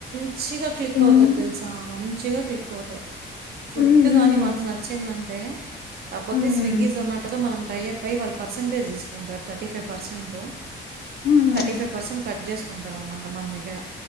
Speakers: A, on the right; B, on the left.
A: మంచిగా క్లిక్
B: హ్మ్
A: అవుతది తెల్సా మంచిగా క్లిక్ అవుతాయి ఫుడ్
B: హ్మ్ హ్మ్
A: గాని వన్స్ నచ్చిందం టే కాపోతే
B: హ్మ్
A: స్విగ్గీ జొమాటోతో మనం టైయ్యప్పై వాళ్ళు పర్సంటేజ్ తీసుకుంటారు థర్టీ ఫైవ్ పర్సెంట్
B: హ్మ్
A: థర్టీ ఫైవ్ పర్సెంట్ కట్ జేస్ కుంటారనమాట మన దగ్గెర